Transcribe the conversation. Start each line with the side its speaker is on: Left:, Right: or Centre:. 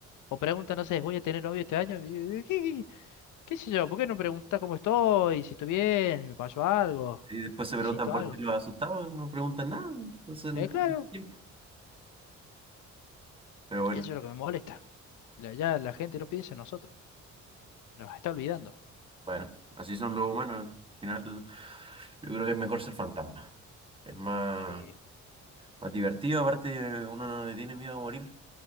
Left: O pregunta, no sé, ¿voy a tener novio este año? Y yo, ¿Qué, qué, qué sé yo? ¿Por qué no preguntas cómo estoy? Si estoy bien, me pasó algo,
Right: Y después se
Left: necesito
Right: preguntan por
Left: algo.
Right: qué los asustados, no preguntan nada. Entonces, no
Left: Eh, claro,
Right: pierden tiempo. Pero bueno,
Left: eso es lo que me molesta. La- ya la gente no piensa en nosotros, nos está olvidando.
Right: bueno, así son los humanos. Al final, yo creo que es mejor ser fantasma. Es más.
Left: Sí,
Right: Más divertido, aparte uno no le tiene miedo a morir,